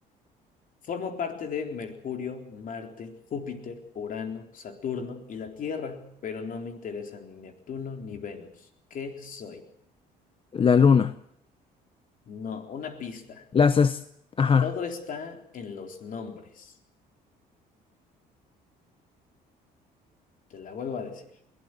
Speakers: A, on the left; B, on the left.
A: Forma parte de Mercurio, Marte, Júpiter, Urano, Saturno y la Tierra, pero no me interesan ni Neptuno ni Venus. ¿Qué soy?
B: La luna.
A: No, una pista.
B: Las... es- Ajá.
A: Todo está en los nombres. Te la vuelvo a decir.